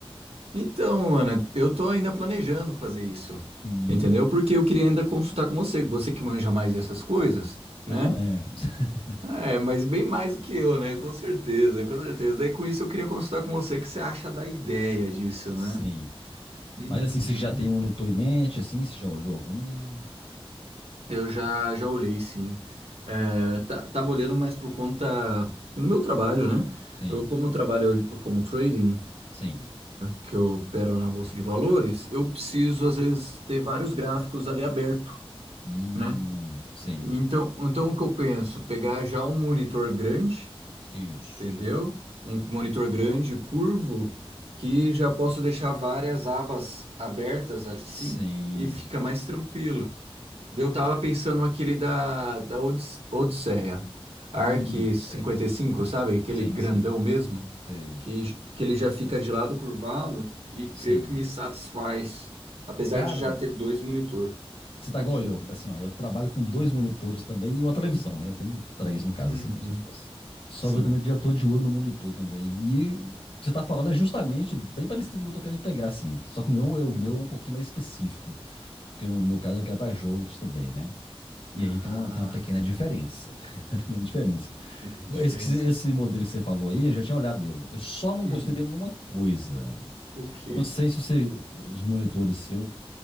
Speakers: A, on the right; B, on the left.
A: Então, Ana, eu tô ainda planejando fazer isso,
B: Hum,
A: entendeu? Porque eu queria ainda consultar com você, você que manja mais dessas coisas, né?
B: mais ou menos. <laughs>
A: É, mas bem mais do que eu, né? Com certeza, com certeza. Daí com isso eu queria consultar com você o que você acha da ideia disso,
B: Sim.
A: né? Uhum.
B: Mas assim, você já tem um monitor em mente, assim, você já olhou algum?
A: Eu já, já olhei, sim. É, tá- tava olhando mais por conta no meu trabalho, né?
B: Sim,
A: Eu, como eu trabalho como trading.
B: sim.
A: que eu opero na bolsa de valores, eu preciso às vezes ter vários gráficos ali aberto,
B: Hum,
A: né?
B: sim.
A: Então, então o que eu penso? Pegar já um monitor grande,
B: Isso.
A: entendeu? Um monitor grande, curvo, que já posso deixar várias abas abertas assim
B: Sim.
A: e fica mais tranquilo. Eu tava pensando aquele da, da Odis- Odisseia, Arc
B: Hum,
A: cinquenta
B: sei.
A: e cinco, sabe? Aquele
B: Sim,
A: grandão
B: sim.
A: mesmo,
B: Sei.
A: que, j- que ele já fica de lado curvado e
B: Sim.
A: creio que me satisfaz, apesar
B: Cara,
A: de já ter dois monitor
B: você tá
A: aqui.
B: igual eu. Assim, ó, eu trabalho com dois
A: Uhum.
B: monitores também e uma televisão, né? Eu tenho três no caso,
A: Uhum.
B: assim, como se fosse. Só
A: Sim.
B: que eu também já tô de olho no monitor também. E o que você tá falando é justamente bem parecido com o que eu tô querendo pegar, assim. Só que o meu, é- o
A: Hum.
B: meu é um pouquinho mais específico. Porque no meu caso eu quero pra jogos também, né? E
A: Ah,
B: aí tem uma, tem uma pequena diferença. <laughs> Uma pequena diferença.
A: teve uma
B: Pô,
A: diferença?
B: Esse, que você- esse modelo que você falou aí, eu já tinha olhado ele. Eu só não
A: Hum.
B: gostei dele numa coisa.
A: O quê?
B: Eu não sei se você, os monitores seus.